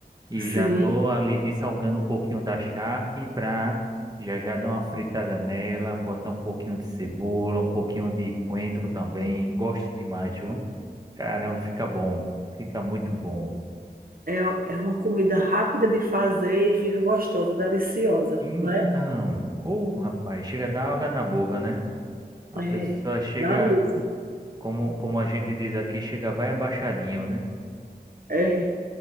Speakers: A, on the right (about 25°); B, on the right (about 60°).
A: e
B: Sim,
A: já tô ali dessalgando um pouquinho da charque pra já já dar uma fritada nela, botar um pouquinho de cebola, um pouquinho de coentro também. Gosto demais, viu? Caramba, fica bom, fica muito bom.
B: é, é uma comida rápida de fazer e fica gostosa, deliciosa,
A: Então,
B: né?
A: ou rapaz, chega a dar água na boca, né? A
B: É,
A: pessoa chega,
B: dá mesmo.
A: como, como a gente diz aqui, chega vai abaixadinho, né?
B: É.